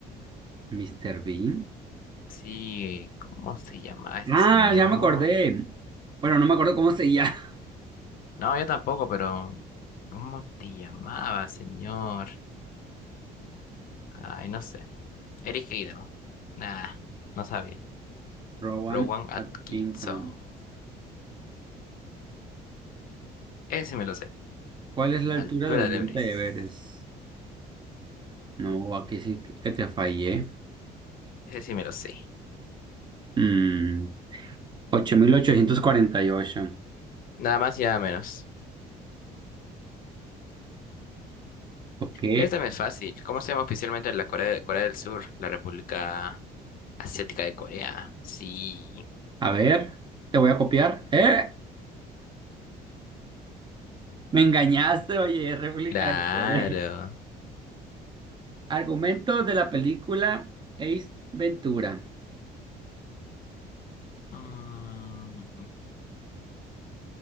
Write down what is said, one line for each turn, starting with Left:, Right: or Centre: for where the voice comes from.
Right: Mr. Bean.
Left: Sí, ¿cómo se llamaba ese
Right: Ah,
Left: señor?
Right: ya me acordé. Bueno, no me acuerdo cómo se llama.
Left: No, yo tampoco, pero ¿cómo te llamaba, señor? Ay, no sé. Eric Idle. Nah, no sabía.
Right: <laughs> Rowan
Left: Rowan Atkinson.
Right: Atkinson.
Left: Ese sí me lo sé.
Right: ¿Cuál es la
Left: Altura
Right: altura del
Left: del
Right: Monte
Left: Everest.
Right: Everest? No, aquí sí que te fallé.
Left: Ese sí me lo sé.
Right: Mm, ocho. mil ochocientos cuarenta y ocho.
Left: Nada más y nada menos.
Right: Ok.
Left: Esta me es fácil. ¿Cómo se llama oficialmente la Corea, Corea del Sur? La República Asiática de Corea. Sí,
Right: A ver, te voy a copiar. ¡Eh! Me engañaste, oye, es réplica
Left: claro.
Right: de Corea. Argumento de la película Ace Ventura.
Left: Mm.